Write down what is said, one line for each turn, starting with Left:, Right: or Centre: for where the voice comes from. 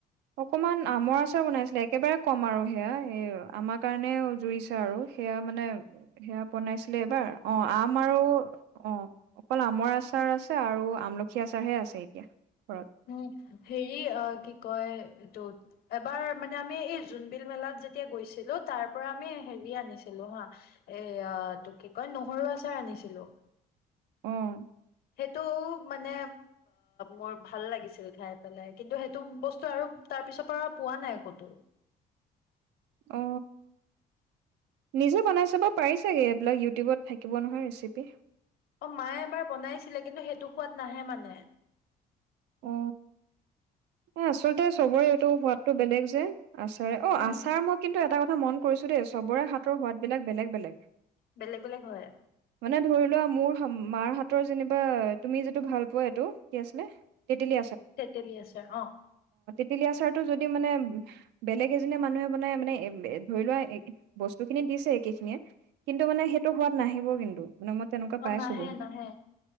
Right: অকমান আমৰ আচাৰ বনাইছিলে একেবাৰে কম আৰু সেয়া এই আমাৰ কাৰণে জুৰিছে আৰু সেয়া। মানে সেয়া বনাইছিলে এইবাৰ অঁ আম আৰু অঁ অকল আমৰ আচাৰ আছে আৰু আমলখি আচাৰহে আছে এতিয়া।। ঘৰত
Left: উম সেৰি কি কয়।। এইটো এবাৰ মানে আমি এই জোনবিল মেলাত যেতিয়া গৈছিলো তাৰ পৰা আমি হেৰি আনিছিলো হা এটো কি কয় নহৰু আচাৰ আনিছিলো।।
Right: উম।।
Left: সেইটো মানে মোৰ ভাল লাগিছিল খাই পেলাই কিন্তু সেইটো বস্তু আৰু তাৰ পিছৰ পৰা পোৱা নাই ক'তো
Right: অ নিজে বনাই চাব পাৰিছাগে এইবিলাক ইউটিউবত থাকিব নহয় ৰেচিপি
Left: অ মায়ে এবাৰ বনাইছিলে কিন্তু সেইটো সোৱাদ নাহে মানে
Right: অ এ আচলতে চবৰে এইটো সোৱাদটো বেলেগ যে আচাৰে অ
Left: উম।
Right: আচাৰ মই কিন্তু এটা কথা মন কৰিছো দেই, চবৰে হাতৰ সোৱাদ বিলাক বেলেগ বেলেগ
Left: বেলেগ বেলেগ হয়।
Right: মানে ধৰি লোৱা মোৰ মাৰ হাতৰ যেনিবা তুমি যিটো ভাল পোৱা এইটো কি আছিলে। তেতেলী
Left: তেতেলী আছে অঁ
Right: তেতেলি আচাৰটো যদি মানে বেলেগ এজনীয়ে মানুহে বনাই মানে ধৰি লোৱা বস্তু খিনি দিছে একে খিনিয়ে কিন্তু মানে সেইটো সোৱাদ নাহিব। কিন্তু।। মানে মই তেনেকুৱা পাইছো
Left: অঁ নাহে
Right: বহুত
Left: নাহে